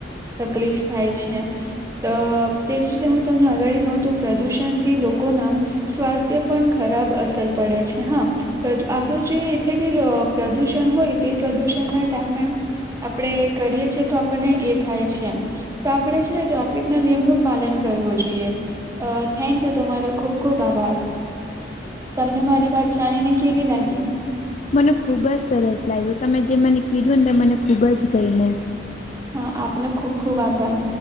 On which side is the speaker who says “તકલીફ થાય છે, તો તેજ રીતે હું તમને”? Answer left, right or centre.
Right